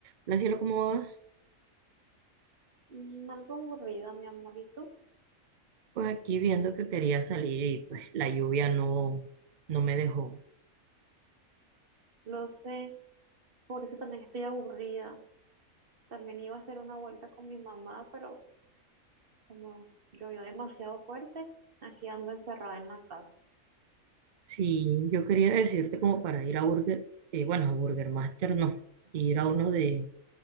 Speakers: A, on the right; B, on the right.
A: la cielo, ¿cómo va
B: Mm, algo aburrida, mi amorito.
A: Pues aquí viendo que quería salir y pues la lluvia no, no me dejó.
B: Lo sé, por eso también estoy aburrida. También iba a hacer una vuelta con mi mamá, pero como llovió demasiado fuerte, aquí ando encerrada en la casa.
A: Sí, yo quería decirte como para ir a Burger, eh, bueno, a Burger Master no, ir a uno de,